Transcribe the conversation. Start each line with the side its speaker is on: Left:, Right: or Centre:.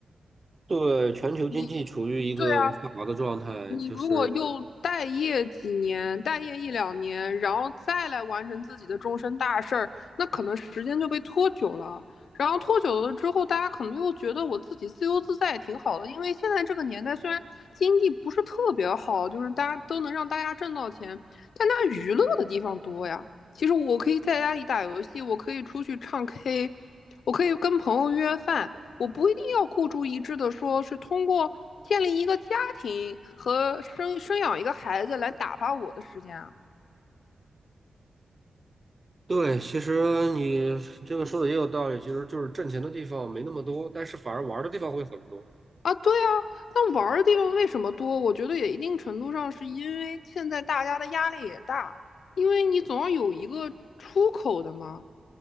Right: 对，全球经济处于一个下滑的状态，
Left: 你对啊，你如果又待业几年，
Right: 就是
Left: 待业一两年，然后再来完成自己的终身大事儿，那可能时间就被拖久了。然后拖久了之后，大家可能又觉得我自己自由自在也挺好的，因为现在这个年代虽然经济不是特别好，就是大家都能让大家挣到钱，但大家娱乐的地方多呀。其实我可以在家里打游戏，我可以出去唱 K，我可以跟朋友约饭。我不一定要孤注一掷的说是通过建立一个家庭和生生养一个孩子来打发我的时间啊。
Right: 对。其实你这个说的也有道理，其实就是挣钱的地方没那么多，但是反而玩儿的地方会很多。
Left: 啊，对啊，那玩的地方为什么多？我觉得也一定程度上是因为现在大家的压力也大，因为你总要有一个出口的嘛，